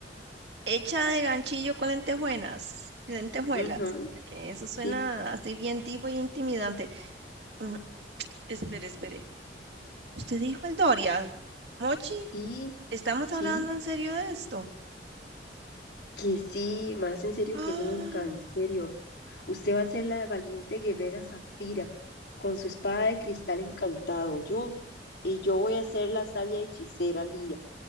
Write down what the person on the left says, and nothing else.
ujú,
Sí,
sí,
sí,
que sí, más en serio
que nunca, en serio. Usted va a ser la valiente guerrera Zafira, con su espada de cristal encantado. Yo, y yo voy a ser la sabia hechicera Lira.